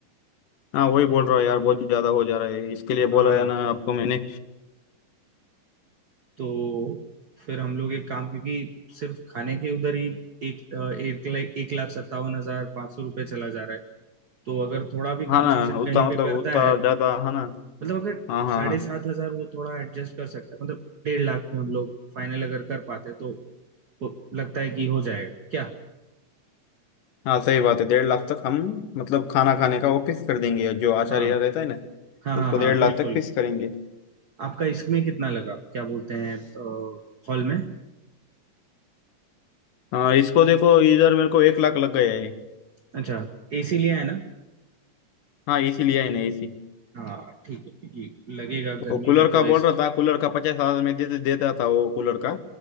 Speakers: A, on the left; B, on the right.
A: हाँ वही बोल रहा है यार बहुत ज्यादा हो जा रहा है इसके लिए
B: हाँ
A: बोला है ना आपको मैंने
B: तो फिर हम लोग एक काम क्योंकि सिर्फ खाने के उधर ही एक अ, एक लाख एक लाख सत्तावन हजार पाँच सौ रुपये चला जा रहा है तो अगर थोड़ा भी कंसेशन
A: हाँ ना उतना
B: कहीं पे
A: मतलब
B: करता
A: उतना
B: है
A: ज्यादा है ना
B: मतलब अगर
A: हाँ हाँ
B: साढ़े
A: हाँ
B: सात हजार वो थोड़ा एडजस्ट कर सकता है मतलब डेढ़ लाख में हम लोग फाइनल अगर कर पाते तो, तो लगता है कि हो जाएगा क्या
A: हाँ सही बात है डेढ़ लाख तक हम मतलब खाना खाने का वो फिक्स कर देंगे जो आचार्य
B: हाँ
A: रहता है ना
B: हाँ हाँ
A: उसको
B: हाँ
A: डेढ़
B: बिल्कुल
A: लाख तक फिक्स करेंगे
B: आपका इसमें कितना लगा क्या बोलते हैं हॉल में
A: हाँ इसको देखो इधर मेरे को एक लाख लग गया है
B: अच्छा एसी लिया है ना
A: हाँ एसी लिया है ना एसी
B: हाँ ठीक है क्योंकि लगेगा गर्मी
A: वो कूलर
B: में तो
A: का बोल रहा था कूलर का पचास हजार में दे देता था वो कूलर का